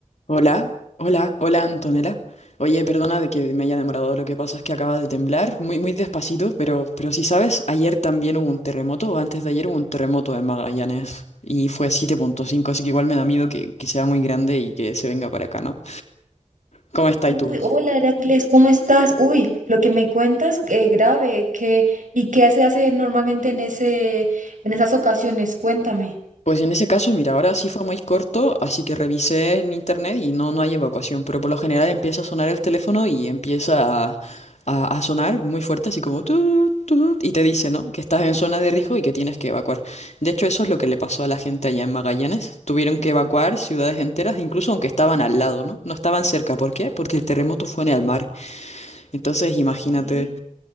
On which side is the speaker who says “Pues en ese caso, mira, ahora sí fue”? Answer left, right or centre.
Left